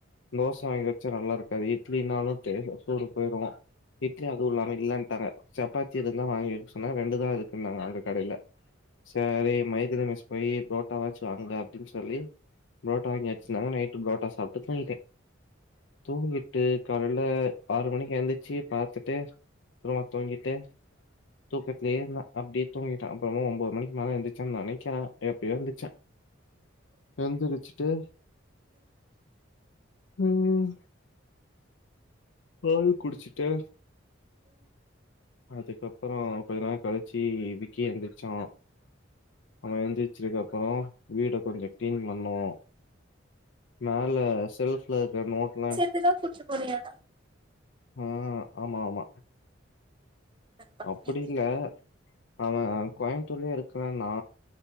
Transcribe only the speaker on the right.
ஏதாது குடுத்துட்டு போனியா
அடப்பாவி